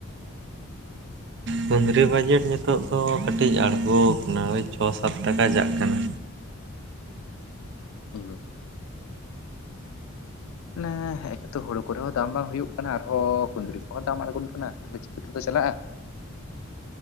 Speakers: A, on the right; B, on the left.
A: ᱠᱩᱱᱫᱽᱨᱤ ᱵᱟᱡᱮᱴ ᱱᱤᱛᱚᱜ ᱫᱚ ᱠᱟᱹᱴᱤᱡ ᱟᱬᱜᱳ ᱠᱟᱱᱟ ᱳᱭ ᱪᱷᱚ ᱥᱟᱛ ᱴᱟᱠᱟ ᱪᱟᱜ ᱠᱟᱱᱟ
B: ᱤ ᱵᱟᱵᱟ ᱢᱟᱱᱮ ᱮᱠᱮᱛᱚ ᱦᱳᱲᱳ ᱠᱚᱨᱮ ᱦᱚᱸ ᱫᱟᱢ ᱵᱟᱝ ᱦᱩᱭᱩᱜ ᱠᱟᱱᱟ ᱟᱨᱦᱚᱸ ᱠᱩᱸᱱᱫᱽᱨᱤ ᱠᱚᱦᱚᱸ ᱫᱟᱢ ᱟᱬᱜᱳ ᱠᱟᱱᱟ ᱛᱟᱦᱞᱮ ᱪᱤᱠᱟᱹᱛᱮᱫᱚ ᱪᱟᱞᱟᱜ-ᱟ